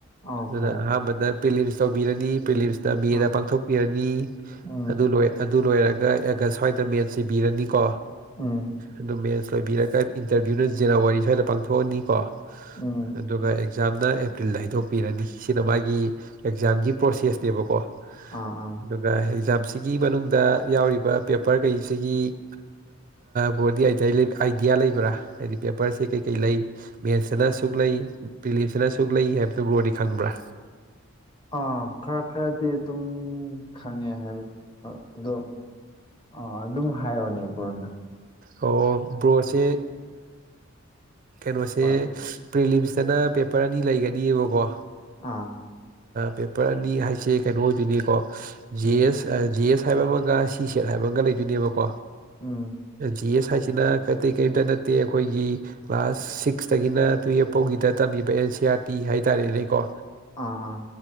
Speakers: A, on the left; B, on the right.
A: ꯑꯥꯎ
B: ꯑꯗꯨꯅ
A: ꯈꯪꯉꯦ
B: ꯑꯍꯥꯟꯕꯗ ꯄꯦꯂꯤꯝꯁ ꯇꯧꯕꯤꯔꯅꯤ ꯄꯦꯂꯤꯝꯁꯅ ꯃꯤꯅ
A: ꯑꯥ
B: ꯄꯥꯡꯊꯣꯛꯄꯤꯔꯅꯤ
A: ꯎꯝ
B: ꯑꯗꯨ ꯂꯣꯏ ꯑꯗꯨ ꯂꯣꯏꯔꯒ ꯑꯦꯒꯁ ꯁ꯭ꯋꯥꯏꯗ ꯃꯦꯟꯁ ꯏꯕꯤꯔꯅꯤꯀꯣ
A: ꯎꯝ
B: ꯑꯗꯨ ꯃꯦꯁ ꯂꯣꯏꯕꯤꯔꯒ ꯏꯟꯇꯔꯚꯤꯌꯨꯅ ꯖꯅꯋꯥꯔꯤ ꯁ꯭ꯋꯥꯏꯗ ꯄꯥꯡꯊꯣꯛꯑꯅꯤꯀꯣ
A: ꯎꯝ
B: ꯑꯗꯨꯒ ꯑꯦꯛꯖꯥꯝꯅ ꯑꯦꯄ꯭ꯔꯤꯜꯗ ꯍꯩꯗꯣꯛꯄꯤꯔꯅꯤ ꯁꯤꯅ ꯃꯥꯒꯤ ꯑꯦꯛꯖꯥꯝꯒꯤ ꯄ꯭ꯔꯣꯁꯦꯁꯅꯦꯕꯀꯣ
A: ꯑꯥ ꯑꯥ
B: ꯑꯗꯨꯒ ꯑꯦꯛꯖꯥꯝꯁꯤꯒꯤ ꯃꯅꯨꯡꯗ ꯌꯥꯎꯔꯤꯕ ꯄꯦꯄꯔ ꯀꯩ ꯁꯤꯒꯤ ꯕꯣꯗꯤꯗꯤ ꯑꯥꯏꯗꯤꯌꯥ ꯂꯩꯕ꯭ꯔꯥ ꯍꯥꯏꯗꯤ ꯄꯦꯄꯔꯁꯦ ꯀꯩ ꯀꯩ ꯂꯩꯏ ꯃꯦꯟꯁꯁꯤꯅ ꯑꯁꯨꯛ ꯂꯩ ꯕꯤꯂꯤꯞꯁꯤꯅ ꯑꯁꯨꯛ ꯂꯩ ꯍꯥꯏꯕꯗꯨ ꯭ꯔꯣꯗꯤ ꯈꯪꯕ꯭ꯔꯥ
A: ꯑꯥ ꯈꯔ ꯈꯔꯗꯤ ꯑꯗꯨꯝ ꯈꯪꯉꯦ ꯍꯥꯏꯕ ꯑꯗꯣ ꯑꯥ ꯑꯗꯨꯝ ꯍꯥꯏꯔꯑꯣꯅꯦ ꯄꯨꯨꯔꯅ
B: ꯑꯣ ꯕ꯭ꯔꯣꯁꯦ ꯀꯩꯅꯣꯁꯦ
A: ꯍꯣꯏ
B: ꯄ꯭ꯔꯤꯂꯤꯝꯁꯇꯅ ꯄꯦꯄꯔ ꯑꯅꯤ ꯂꯩꯒꯅꯤꯕꯀꯣ
A: ꯑꯥ
B: ꯄꯦꯄꯔ ꯑꯅꯤ ꯍꯥꯏꯁꯦ ꯀꯩꯅꯣ ꯑꯣꯏꯗꯣꯏꯅꯤꯀꯣ ꯖꯤꯦ
A: ꯎꯝ
B: ꯑꯦꯁ ꯖꯤ ꯑꯦꯁ ꯍꯥꯏꯕ ꯑꯃꯒ ꯁꯤ ꯁꯦꯠ ꯍꯥꯏꯕ ꯑꯃꯒ ꯂꯩꯗꯣꯏꯅꯦꯕꯀꯣ
A: ꯎꯝ
B: ꯖꯤ ꯑꯦꯁ ꯍꯥꯏꯁꯤꯅ ꯀꯇꯩ ꯀꯔꯤꯝꯇ ꯅꯠꯇꯦ ꯑꯩꯈꯣꯏꯒꯤ ꯀ꯭ꯂꯥꯁ ꯁꯤꯛꯁꯇꯒꯤꯅ ꯇꯨꯌꯦꯜꯐ ꯐꯥꯎꯒꯤꯗ ꯇꯝ ꯑꯦ ꯁꯤ ꯑꯥꯔ ꯇꯤ ꯍꯥꯏ ꯇꯔꯦꯅꯦꯀꯣ
A: ꯑꯥ ꯑꯥ